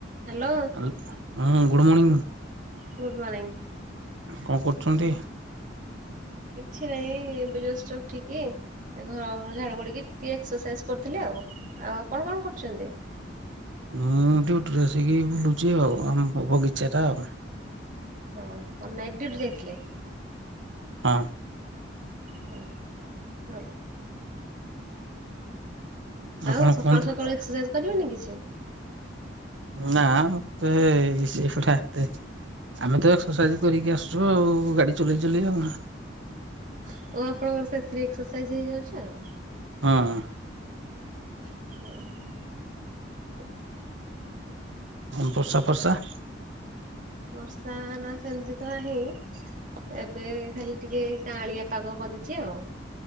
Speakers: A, on the right; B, on the right.
A: Hello
B: ହ ହଁ good morning
A: good morning.
B: କଣ କରୁଛନ୍ତି?
A: କିଛି ନାଇଁ, ଏବେ ଟିକେ ଉଠିକି ଘର ଝାଡୁ କରିକି ଟିକେ ଏକ୍ସସାଇଜ କରୁଥିଲି ଆଉ ହଉ, ଆଉ ଆପଣ କଣ କରୁଛନ୍ତି?
B: ମୁଁ ଡୁଟି ରେ ଆସିକି ବୁଲୁଛି ଆଉ, ଆମ ବଗିଚାରେ ଆଉ
A: ହଁ, କଣ ନାଇଟ୍ ଡ୍ୟୁଟ୍ ଯାଇଥିଲେ?
B: ହଁ।
A: ହଁ ଭଲ ଆଉ
B: କଣ
A: ସକାଳୁ
B: କୁହନ୍ତୁ?
A: ସକାଳୁ ଏକ୍ସରସାଇଜ କରିବେନି କିଛି?
B: ନା, ମୋତେ ସେଗୁଡା ଏତେ ଆମେ ତ ଏକ୍ସରସାଇଜ କରିକି ଆସୁଛୁ ଆଉ, ଗାଡି ଚଲେଇ ଚଲେଇ
A: ଆଉ ଆପଣଙ୍କର ସେଥିରେ ଏକ୍ସରସାଇଜ୍ ହେଇଯାଉଛି ଆଉ।
B: ହଁ।
A: ହୁଁ
B: ବର୍ଷା ଫର୍ସା
A: ବର୍ଷା ନା ସେମିତି ତ ହେଇ ଏବେ ଖାଲି ଟିକେ କାଳିଆ ପାଗ କରିଚି ଆଉ